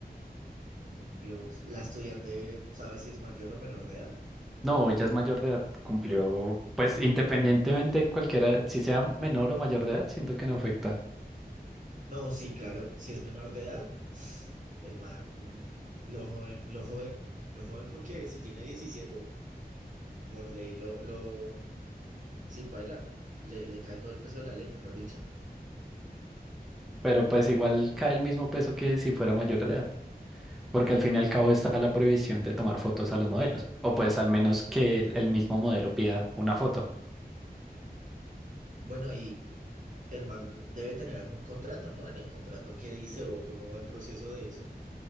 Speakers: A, on the right; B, in the centre.
A: Dios, ¿la estudiante sabe si es mayor o menor de edad?
B: No, ella es mayor de edad, cumplió,
A: Bueno,
B: pues independientemente cualquiera, si sea menor o mayor de edad, siento que no afecta.
A: no, sí, claro, si es menor de edad, el man, lo joven, lo joven, lo joven porque si tiene 17, por ley lo, lo, sí, paila, le, le cae todo el peso de la ley, mejor dicho.
B: Pero pues igual cae el mismo peso que si fuera mayor de edad, porque al fin y al cabo está la prohibición de tomar fotos a los modelos, o pues al menos que el, el mismo modelo pida una foto.
A: Bueno, y el man debe tener algún contrato, ¿no? En el contrato qué dice o cómo va el proceso de eso,